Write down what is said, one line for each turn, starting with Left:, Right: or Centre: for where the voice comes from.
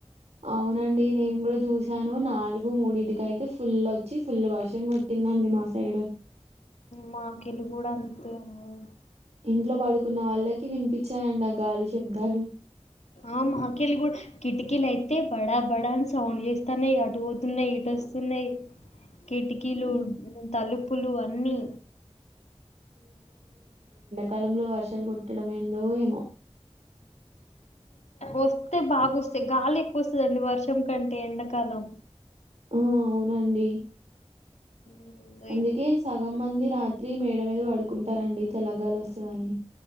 Right: అవునండి నేను కూడా చూసాను నాలుగు మూడింటికైతే ఫుల్ వచ్చి ఫుల్ వర్షం కొట్టిందండి మా సైడ్
Left: మాకెళ్లి కూడా అంతే అమ్మ
Right: ఇంట్లో పడుకున్న వాళ్ళకి కి వినిపించాయండి ఆ గాలి శబ్దాలు
Left: ఆ మాఖలు కూడా కిటికీలు అయితే బడా బడా అని సౌండ్ చేస్తాన్నాయి అటు పోతున్నాయి ఇటు వస్తున్నాయి కిటికీలు
Right: ఉమ్,
Left: తలుపులు అన్నీ
Right: కాలంలో వర్షాలు కుట్టడం ఏందో ఏమో
Left: వస్తే బాగా వస్తాయి గాలి ఎక్కువ వస్తుందండి వర్షం కంటే ఎండాకాలం
Right: ఆ అవునండి
Left: ఏందో
Right: అందుకే
Left: ఏమో
Right: సగం మంది రాత్ర ఇత్రి మేడ మీద వాడుకుంటారంండి తెలగాలు వస్తుందని